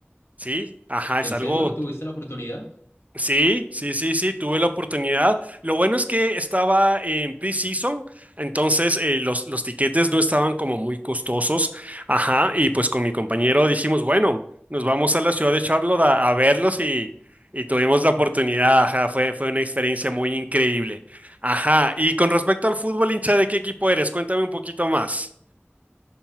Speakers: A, on the right; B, on the left.
A: Sí, ajá,
B: ¿En
A: es algo.
B: serio tuviste la oportunidad?
A: Sí, sí, sí, sí, tuve la oportunidad. Lo bueno es que estaba en pre-season, entonces eh, los, los tiquetes no estaban como muy costosos. Ajá, y pues con mi compañero dijimos, bueno, nos vamos a la ciudad de Charlotte a, a verlos y, y tuvimos la oportunidad. Ajá, fue, fue una experiencia muy increíble. Ajá, y con respecto al fútbol, hincha, ¿de qué equipo eres? Cuéntame un poquito más.